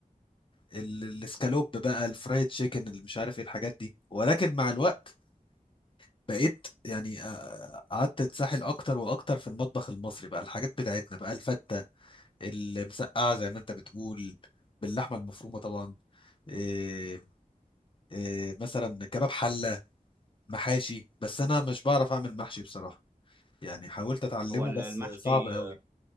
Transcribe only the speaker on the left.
ال- الاسكالوب بقى الفرايد تشيكن اللي مش عارف ايه الحاجات دي ولكن مع الوقت بقيت يعني آه، قعدت اتسحل اكتر واكتر في المطبخ المصري بقى الحاجات بتاعتنا بقى الفته المسقعه زي ما انت بتقول باللحمه المفرومه طبعا إيه إيه مثلا كباب حله محاشي بس انا مش بعرف اعمل محشي بصراحه يعني حاولت اتعلمه
بس
صعب قوي